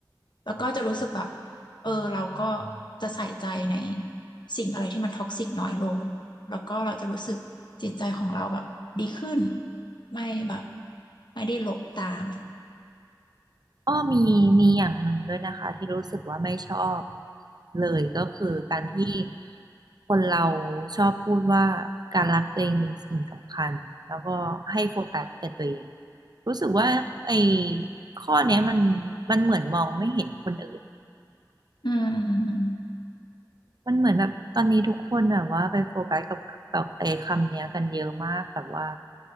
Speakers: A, on the left; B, on the right.
A: แล้วก็จะรู้สึกแบบเออเราก็จะใส่ใจในสิ่งอะไรที่มันท็อกซิกน้อยลงแล้วก็เราจะรู้สึกจิตใจของเราแบบดีขึ้นไม่แบบไม่ได้หลบตาม
B: ก็มีมีอย่างหนึ่งด้วยนะคะที่รู้สึกว่าไม่ชอบเลยก็คือการที่คนเราชอบพูดว่าการรักตัวเองเป็นสิ่งสำคัญแล้วก็ให้โฟกัสแต่ตัวเองรู้สึกว่าไอ้ข้อเนี้ยมันมันเหมือนมองไม่เห็นคนอื่น
A: อืม
B: มันเหมือนแบบตอนนี้ทุกคนแบบว่าไปโฟกัสกับกับไอ้คำเนี้ยกันเยอะมากแบบว่า